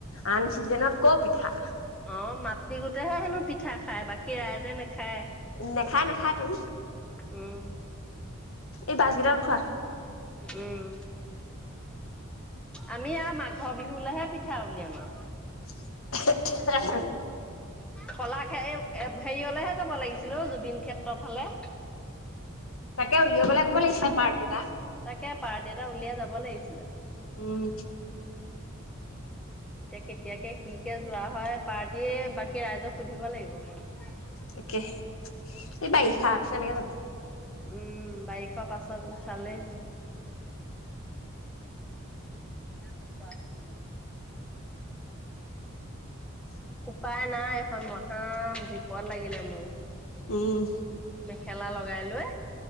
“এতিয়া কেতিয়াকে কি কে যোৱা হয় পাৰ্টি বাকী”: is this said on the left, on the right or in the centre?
Centre